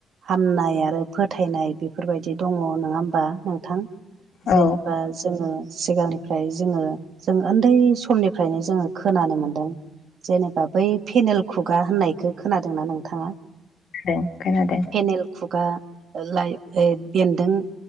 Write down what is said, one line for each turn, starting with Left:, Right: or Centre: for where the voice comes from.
Right: हामनाय आरो फोथायनाय बेफोरबायदि दङ नङा होमबा। नोंथां
Left: औ
Right: जेनेबा जोङो सिगांनि ओमफ्राय जोङो जों उन्दै समनिफ्रायनो जोङो खोनानो मोनदों। जेनेबा बै फेनेल खुगा होननायखो खोनादोंना नोंथाङा?
Left: ओं खोनादों।
Right: पेनेल खुगा ओ लाय बे बेन्दों